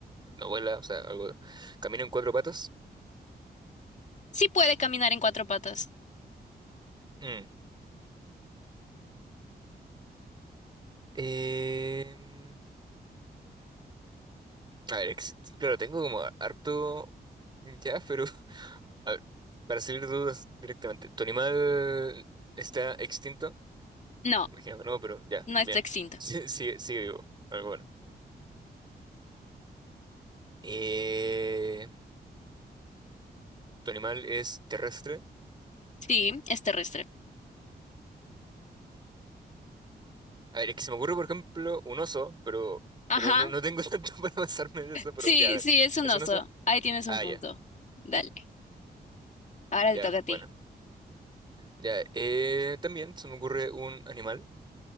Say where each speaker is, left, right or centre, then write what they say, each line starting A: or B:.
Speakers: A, on the right; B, on the left.
A: No vuela, o sea, algo. Camina en cuatro patas.
B: Sí puede caminar en cuatro patas.
A: Mm. Em, a ver, ex- claro, tengo como harto ya, pero <laughs> a ver, para salir de dudas directamente, ¿tu animal está extinto?
B: No,
A: Imagino que no, pero ya,
B: no está
A: bien.
B: extinto.
A: <laughs> Sí, sigue, sigue vivo, algo bueno. Eh, ¿tu animal es terrestre?
B: Sí, es terrestre.
A: A ver, es que se me ocurre, por ejemplo, un oso, pero,
B: Ajá.
A: pero no, no tengo <laughs> tanto para pasarme de eso, pero
B: Sí,
A: ya, a ver,
B: sí, es un
A: ¿es
B: oso.
A: un oso?
B: Ahí tienes
A: Ah,
B: un punto.
A: ya,
B: Dale. Ahora
A: ya,
B: te toca a ti.
A: bueno. Ya, eh, también se me ocurre un animal.